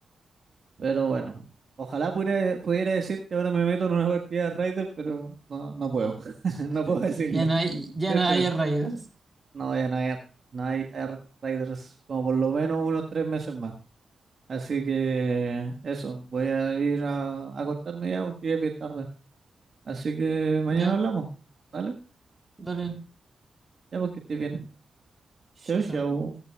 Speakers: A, on the right; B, on the right.
A: Pero bueno, ojalá pudiera, pudiera decir que ahora me meto en una partida de Raider, pero no, no puedo, <laughs>
B: <laughs>
A: no puedo decirlo,
B: Ya no hay, ya
A: tristemente.
B: no hay Raiders.
A: No, ya no hay, no hay Ark Riders como por lo menos unos tres meses más. Así que eso, voy a ir a, a acostarme ya porque ya es bien tarde. Así que mañana
B: Ya,
A: hablamos, ¿vale?
B: dale,
A: Ya porque estoy bien. Chau,
B: yo, yo.
A: chau.